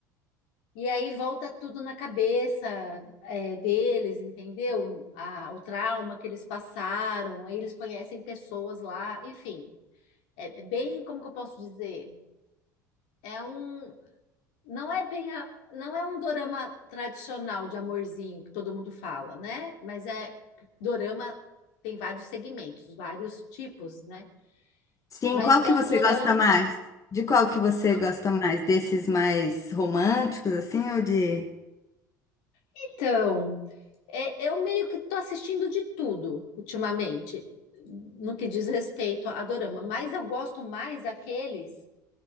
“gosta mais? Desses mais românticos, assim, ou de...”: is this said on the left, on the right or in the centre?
Left